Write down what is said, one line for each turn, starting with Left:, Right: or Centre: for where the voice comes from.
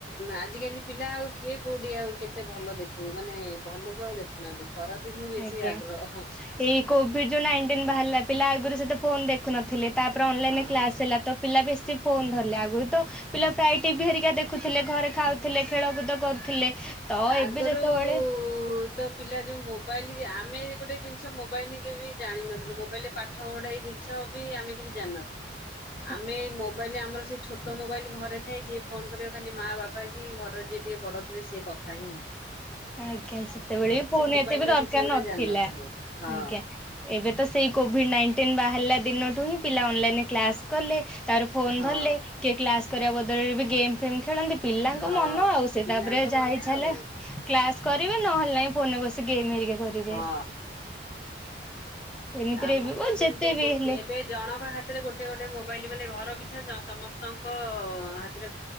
Left: ଆଜିକାଲି ପିଲା ଆଉ କିଏ କୋଉଠି ଆଉ କେତେ ଭଲ ଦେଖ। ମାନେ ଭଲୁକୁ ଆଉ ଦେଖୁନାହାନ୍ତି ଖରାପ ହିଁ ବେଶୀ
Centre: ଆଜ୍ଞା
Left: ଆଗ୍ରହ ହଁ
Centre: ଏଇ କୋଭିଡ ଯୋଉ ନାଇଁଟିନ ବାହାରିଲା ପିଲା ଆଗରୁ ସେତେ ଫୋନ ଦେଖୁନଥିଲେ ତାପରେ ଅନଲାଇନ କ୍ଲାସ
Left: ହଁ
Centre: ହେଲା ତ ପିଲା ବେଶୀ ଫୋନ ଧରିଲେ ଆଗରୁ ତ ପିଲା ପ୍ରାୟ ଟିଭି ହେରିକା ଦେଖ ଦେଖୁଥିଲେ ଘରେ ଖାଉଥିଲେ ଖେଳ କୁଦ କରୁଥିଲେ ତ
Left: ଆଗରୁ
Centre: ଏବେ ଯେତେବେଳେ
Left: ଉ ତ ପିଲା ଯୋଉ ମୋବାଇଲ ଆମେ ଗୋଟେ ଜିନିଷ ମୋବାଇଲ କେବେବି ଜାଣିନଥିଲୁ ମୋବାଇଲରେ ପାଠ ପଢାଇ ଜି ଆଛ ବି ଆମେ କିଛି ଜାନିନଥିବୁ
Centre: <unintelligible>
Left: ଆମେ ମୋବ୍ ମୁଁ କହିଲି ଆମର ସେ ଛୋଟ ମୋବାଇଲ ଘରେ ଥାଏ ଯିଏ ଫୋନ୍ କରିବ ଖାଲି ମା ବାପା କି ଘରର ଯିଏ ଟିକେ ବଡ଼ ଥିବେ ସିଏ କ ଥାଇ ହୁଁ
Centre: ଆଜ୍ଞା ସେତେବେଳେ ବି ଫୋନ
Left: ମୋବାଇଲ
Centre: ଏତେ ବି
Left: ର
Centre: ଦରକାର
Left: କିଛି ଗୋଟେ
Centre: ନଥିଲା
Left: ଜାଣିନଥିଲୁ ହଁ
Centre: ଆଜ୍ଞା- ଏବେ ତ ସେଇ କୋଭିଡ ନାଇଣ୍ଟିନ ବାହାରିଲା ଦିନଠୁ ହିଁ ପିଲା ଅନଲାଇନରେ କ୍ଲାସ କଲେ ତାପରେ ଫୋନ
Left: ହଁ
Centre: ଧରିଲେ କିଏ କ୍ଲାସ କରିବା ବଦଳରେ ବି ଗେମ୍ ଫେମ ଖେଳନ୍ତି- ପିଲାଙ୍କ
Left: ହଁ।
Centre: ମନ ଆଉ ସେ
Left: ପିଲାଙ୍କ
Centre: ତାପରେ ଯାହା
Left: ମନେ
Centre: ଇଛା
Left: ଆଉ
Centre: ହେଲା କ୍ଲାସ କରିବେ ନହେଲେ ନାହିଁ ଫୋନରେ ବସି ଗେମ୍ ହେରିକା କରିବେ
Left: ହଁ।
Centre: ଏମିତିରେ
Left: ଆମର
Centre: ବି
Left: ତ
Centre: ବ
Left: ଯେମିତି
Centre: ଯେତେ
Left: ଏ
Centre: ବି
Left: ଗୋଟେ
Centre: ହେଲେ
Left: ଏବେ ଜଣଙ୍କ ହାତରେ ଗୋଟେ ଗୋଟେ ମୋବାଇଲ ମାନେ ଘର ପିଛା ଜ ସମସ୍ତଙ୍କ ହାତ